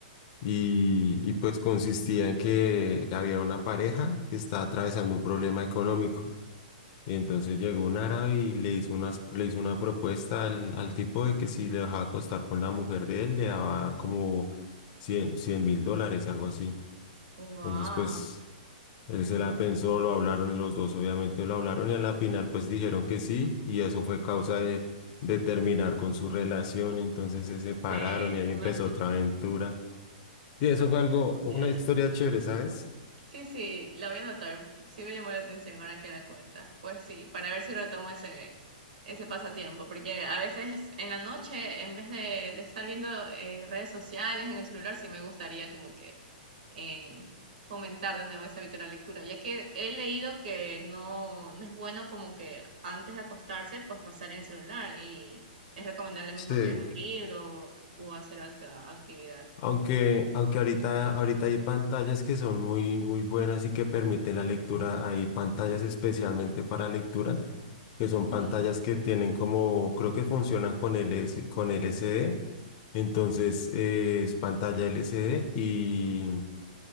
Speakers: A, on the left (about 40°); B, on the right (about 75°).
A: Y, y pues consistía en que había una pareja que estaba atravesando un problema económico. Y entonces llegó un árabe y le hizo unas, le hizo una propuesta al, al tipo de que si le dejaba acostar con la mujer de él, le daba como cien mil dólares, algo así.
B: wow.
A: Entonces, pues él se la pensó, lo hablaron los dos, obviamente lo hablaron y a la final pues dijeron que sí y eso fue causa de, de terminar con su relación, entonces
B: Sí,
A: se separaron y ahí
B: me imagino.
A: empezó otra aventura. Y eso fue algo, una
B: Ya.
A: historia chévere, ¿sabes?
B: Sí, sí, la voy a anotar. Sí me llamó la atención ahora que la cuentas. Pues sí, para ver si retomo ese, ese pasatiempo. Porque a veces en la noche, en vez de, de estar viendo eh, redes sociales en el celular, sí me gustaría como que eh, fomentar de nuevo ese hábito de la lectura, ya que he leído que no, no es bueno como que antes de acostarse, pues pasar en el celular y es recomendable mejor
A: Sí,
B: leer un libro o hacer otra actividad.
A: Aunque, aunque ahorita, ahorita hay pantallas que son muy, muy buenas y que permiten la lectura, hay pantallas especialmente para lectura,
B: Mm,
A: que son pantallas que tienen como, creo que funcionan con LS, con LCD Entonces eh, es pantalla LCD y,